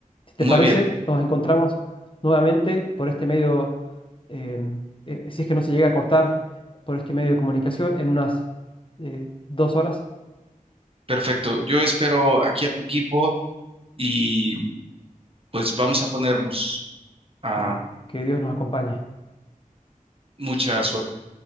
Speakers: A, on the left; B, on the right.
A: Si te
B: Muy
A: parece,
B: bien.
A: nos encontramos nuevamente por este medio, eh, eh, si es que no se llega a cortar por este medio de comunicación, en unas eh, dos horas.
B: Perfecto. Yo espero aquí a tu equipo y pues vamos a ponernos a
A: Eh, que Dios nos acompañe.
B: mucha suerte.